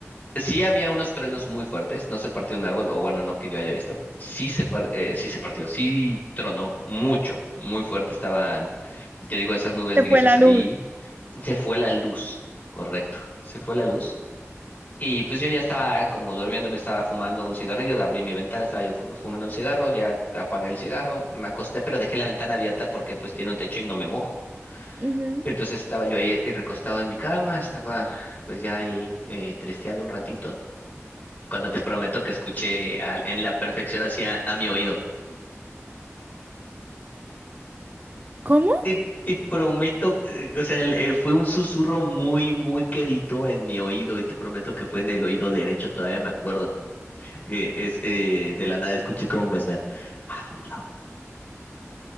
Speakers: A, on the left (about 35°); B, on the right (about 35°).
A: sí había unos truenos muy fuertes, no se partió un árbol, o bueno, no que yo haya visto. Sí se, par- eh, sí se partió, sí tronó mucho, muy fuerte estaban, te digo, esas nubes
B: Se
A: grises
B: fue la
A: ahí.
B: luz.
A: Se fue la luz, correcto, se fue la luz. Y pues yo ya estaba como durmiendo, me estaba fumando un cigarrillo, abrí mi ventana, estaba yo fu- fumando un cigarro, ya apagué el cigarro, me acosté, pero dejé la ventana abierta porque pues tiene un techo y no me mojo.
B: Ujú.
A: Entonces estaba yo ahí eh, recostado en mi cama, estaba pues ya ahí eh, tristeando un ratito, cuando te prometo que escuché a- en la perfección hacia a mi oído.
B: ¿Cómo?
A: Te, te prometo, eh, o sea, el- eh, fue un susurro muy, muy quedito en mi oído y te prometo que fue en el oído derecho, todavía me acuerdo. que es eh, de la nada escuché cómo me están. "Ah, no,